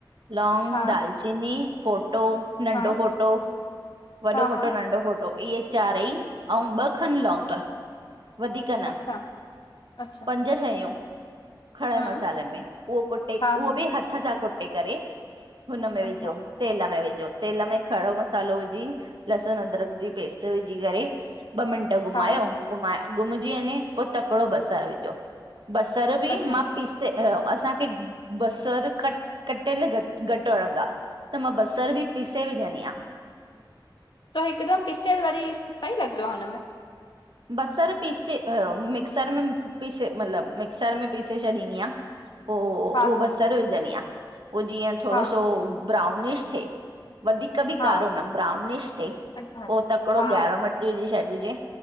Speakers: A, on the right (about 70°); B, on the left (about 70°).
A: लौंग,
B: हा
A: दालचीनी, फोटो, नंढो
B: हा
A: फोटो। वॾो
B: हा
A: फोटो,
B: हा
A: नंढो फोटो इहे चारई अऊं ॿ खनि लौंग। वधीकर न
B: अच्छा अच्छा
A: पंज शयूं। खड़नि
B: हा
A: मसालनि में उहो कुटे,
B: हा
A: उहो
B: हा
A: बि हथ सां कुटे करे हुन में विझो
B: अच्छा
A: तेल में विझो, तेल में खड़ो मसालो वि जी लहसुन, अदरक जी पेस्ट विझी करे ॿ मिनट घुमायो
B: हा
A: घुमाए, घुमजी वञे पोइ तकिड़ो बसरु विझो बसर बि
B: अच्छा
A: मां पीसे असांखे बसर कट-कटियल घटि-घटि वणंदा। त मां बसर बि पीसे विझंदी आ।
B: त हिकदमि पिसियल वरी सही लॻंदो आ हुनमें?
A: बसर पीसे मिक्सर में पीसे मतिलबु मिक्सर में पिसे छॾींदी आ। पोइ उहो
B: हा हा
A: बसरु विझंदी आहियां पोइ जीअं थोडो
B: हा
A: सो ब्राउनिश थे। वधीकर बि
B: हा
A: कारो न ब्राउनिश थे
B: अच्छा अच्छा
A: पोइ तकिड़ो
B: हा
A: ॻाडो मति विझी छॾिजे